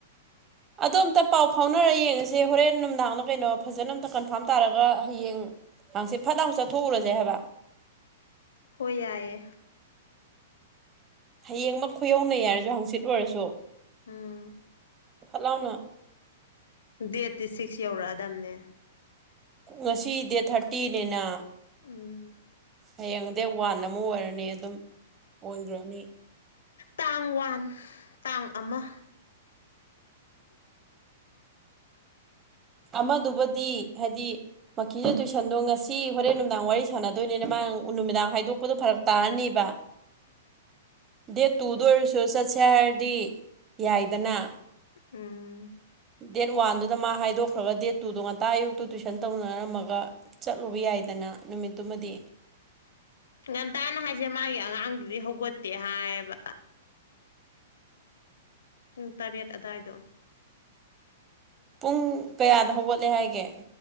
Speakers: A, on the right; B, on the left.
A: ꯑꯗꯣ ꯑꯝꯇ ꯄꯥꯎ ꯐꯥꯎꯅꯔ ꯌꯦꯡꯉꯁꯦ ꯍꯣꯔꯦꯟ ꯅꯨꯝꯗꯥꯡꯂ ꯀꯩꯅꯣ ꯐꯖꯅ ꯑꯝꯇ ꯀꯟꯐꯥꯔꯝ ꯇꯥꯔꯒ ꯍꯌꯦꯡ ꯍꯪꯆꯦꯠ ꯐꯠ ꯂꯥꯏꯅ ꯆꯠꯊꯣꯛꯎꯔꯁꯦ ꯍꯥꯏꯕ
B: ꯍꫭꯏ ꯌꯥꯏꯌ‌ꯦ
A: ꯍꯌꯦꯡꯃꯛ ꯈꯣꯏꯌꯧꯅꯩ ꯌꯥꯔꯁꯨ ꯍꯪꯆꯤꯠ ꯑꯣꯏꯔꯁꯨ
B: ꯎꯝ
A: ꯐꯠ ꯂꯥꯎꯅ
B: ꯗꯦꯠꯇꯤ ꯁꯤꯛꯁ ꯌꯧꯔꯛꯑꯗꯕꯅꯦ
A: ꯉꯁꯤ ꯗ‌ꯦꯠ ꯊꯥꯔꯇꯤꯅꯤꯅ
B: ꯎꯝ
A: ꯍꯌꯦꯡꯗꯩ ꯋꯥꯟ ꯑꯃ ꯑꯣꯏꯔꯅꯤ ꯑꯗꯨꯝ ꯑꯣꯏꯈ꯭ꯔꯅꯤ
B: ꯇꯥꯡ ꯋꯥꯟ ꯇꯥꯡ ꯑꯃ
A: ꯑꯃꯗꯨꯕꯨꯗꯤ ꯍꯥꯏꯗꯤ ꯃꯁꯨ <unintelligible> ꯇꯨꯏꯁꯟꯗꯣ ꯉꯁꯤ ꯍꯣꯔꯦꯟ ꯅꯨꯡꯗꯥꯡ ꯋꯥꯔꯤ ꯁꯥꯟꯅꯗꯣꯏꯅꯤꯅ ꯃꯥ ꯅꯨꯃꯤꯗꯥꯡ ꯍꯥꯏꯗꯣꯛꯄꯗꯣ ꯐꯔꯛ ꯇꯥꯔꯅꯤꯕ
B: ꯎꯝ <inaudible>
A: ꯗꯦꯠ ꯇꯨꯗ ꯑꯣꯏꯔꯁꯨ ꯆꯠꯁꯦ ꯍꯥꯏꯔꯗꯤ ꯌꯥꯏꯗꯅ
B: ꯎꯝ
A: ꯗꯦꯠ ꯋꯥꯟꯗꯨꯗ ꯃꯥ ꯍꯥꯏꯗꯣꯛꯈ꯭ꯔꯒ ꯗꯦꯠ ꯇꯨꯗꯣ ꯉꯟꯇ ꯑꯌꯨꯛꯇꯣ ꯇꯨꯏꯁꯟ ꯇꯧꯅꯔꯝꯃꯒ ꯆꯠꯂꯨꯕ ꯌꯥꯏꯗꯅ ꯅꯨꯃꯤꯠꯇꯨꯃꯗꯤ
B: ꯉꯟꯇꯥꯅ ꯍꯥꯏꯁꯦ ꯃꯥꯒꯤ ꯑꯉꯥꯡꯗꯨꯗꯤ ꯍꯧꯒꯠꯇꯦ ꯍꯥꯏꯌꯦꯕ ꯄꯨꯡ ꯇꯔꯦꯠ ꯑꯗꯨꯋꯥꯏꯗꯣ
A: ꯄꯨꯡ ꯀꯌꯥꯗ ꯍꯧꯒꯠꯂꯦ ꯍꯥꯏꯒꯦ